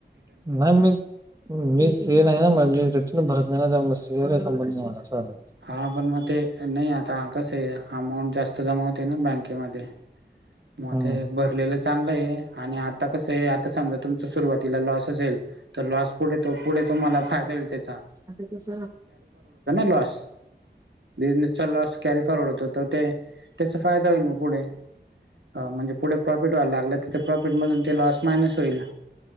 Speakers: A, on the right; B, on the right.
A: नाही मीच मी सेन आहे ना मी रिटर्न भरत नाही नाला से संबंध चाले
B: हां पण मग ते नाही आता कसं आहे अमाऊंट जास्त जमा होते ना बँकेमध्ये मग
A: हम्म
B: ते भरलेलं चांगलं आहे आणि आता कसं आहे आता समजा तुमच सुरुवातीला लॉसचं होईल तर लॉस पुढे तो पुढे तुम्हाला फायदा भेटेल
A: आता कस
B: लॉस बिझनेसचा लॉस कॅरी फॉरवर्ड होत तर ते त्याचा फायदा होईल मग पुढे म्हणजे पुढे प्रॉफिट व्हायला लागलं तर प्रॉफिट मधून ते लॉस मायनस होईल